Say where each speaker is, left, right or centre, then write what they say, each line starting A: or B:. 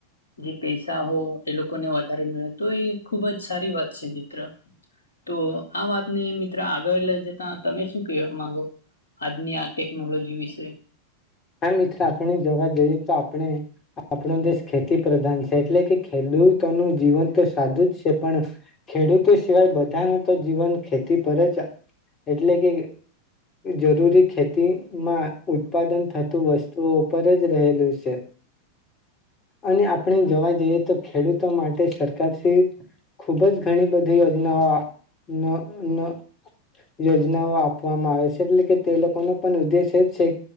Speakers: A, on the left; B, on the left.
A: જે પૈસા હો એ લોકોને વધારે મે તો એ ખુબ જ સારી વાત છે મિત્ર તો આ વાતને મિત્ર આગળ લઈ જતા તમે શું કેહેવા માંગો ની આ ટેકનોલોજી વિશે
B: હા, મિત્ર આપણે દવા જોઈએ તો આપડે આપણો દેશ ખેતી પ્રધાન છે, એટલે કે ખેડૂતોનું જીવન તો સાદું જ છે, પણ ખેડૂતો સિવાય બધાનું તો જીવન ખેતી પર જ છા, એટલે કે જરૂરી ખેતીમાં ઉત્પાદન થતું વસ્તુઓ ઉપર જ રહેલું સે, અને આપણે જોવા જઈએ તો ખેડૂતો માટે સરકારશ્રી ખુબ જ ઘણી બધી યોજનાઓ આ ન ન યોજનાઓ આપવામાં આવે સે, એટલે કે તે લોકોનો પણ ઉદ્દેશ એ જ છે